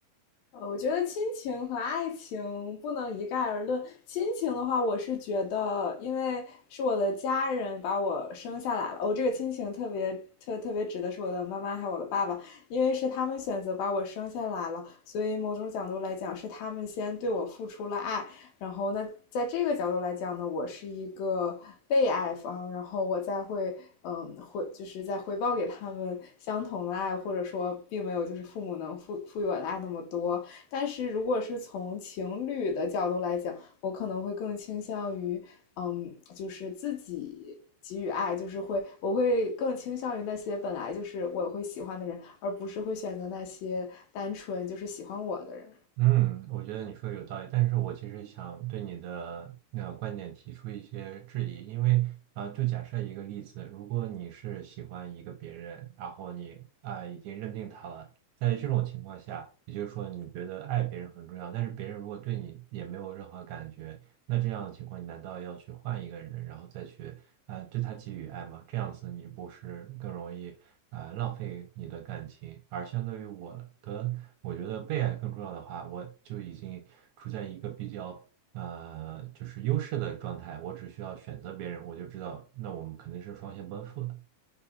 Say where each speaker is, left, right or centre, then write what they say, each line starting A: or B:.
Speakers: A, on the left; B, on the right.
A: 呃，我觉得亲情和爱情不能一概而论。亲情的话，我是觉得，因为是我的家人把我生下来了，我、这个亲情特别特特别指的是我的妈妈还有我的爸爸，因为是他们选择把我生下来了，所以某种角度来讲，是他们先对我付出了爱。然后呢，在这个角度来讲呢，我是一个被爱方，然后我再会，嗯，回就是再回报给他们相同的爱，或者说并没有就是父母能赋赋予我的爱那么多。但是如果是从情侣的角度来讲，我可能会更倾向于，嗯，就是自己给予爱，就是会，我会更倾向于那些本来就是我会喜欢的人，而不是会选择那些单纯就是喜欢我的人。
B: 嗯，我觉得你说的有道理，但是我其实想对你的那个观点提出一些质疑，因为啊，就假设一个例子，如果你是喜欢一个别人，然后你啊、已经认定他了，在这种情况下，也就是说你觉得爱别人很重要，但是别人如果对你也没有任何感觉，那这样的情况，你难道要去换一个人，然后再去啊、呃对他给予爱吗？这样子你不是更容易啊、呃浪费你的感情？而相对于我的，我觉得被爱更重要的话，我就已经处在一个比较呃就是优势的状态，我只需要选择别人，我就知道那我们肯定是双向奔赴的。